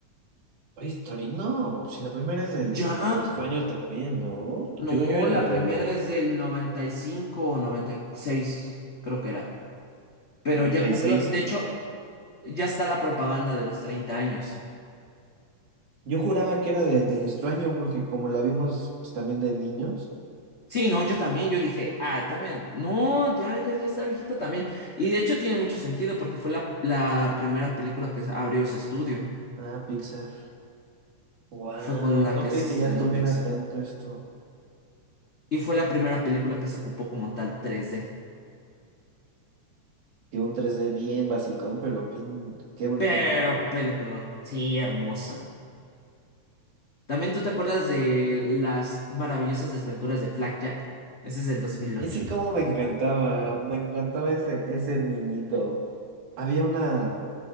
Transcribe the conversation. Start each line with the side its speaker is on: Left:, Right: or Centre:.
Right: Oye, Story, no, si la primera es del-
Left: ¿Ya?
Right: de, de nuestro año también, ¿no?
Left: No,
Right: Según yo era
Left: la
Right: del
Left: primera es del 95 o noventa y seis creo que era. Pero
Right: 98, 96.
Left: ya cumplió, de hecho, ya está la propaganda de los 30 años.
Right: Yo juraba que era de, del extraño, porque como la vimos pues, también de niños.
Left: Sí, no, yo también, yo dije, ah, también, no, ya, ya, ya está viejita también. Y de hecho tiene mucho sentido porque fue la, la primera película que abrió ese estudio.
Right: Ah, Pixar. Wow,
Left: Fue con la
Right: no
Left: que
Right: creí
Left: se
Right: que
Left: estrenó
Right: ya tuviera
Left: Pixar.
Right: tanto esto.
Left: Y fue la primera película que se ocupó como tal 3D.
Right: Que un 3D bien basicón, pero bien, qué bonita
Left: Pero
Right: película.
Left: peliculón, sí, hermosa. También tú te acuerdas de las maravillosas desventuras de Blackjack. Ese es del 2008.
Right: Ese como me encantaba, me encantaba ese, ese niñito. Había una...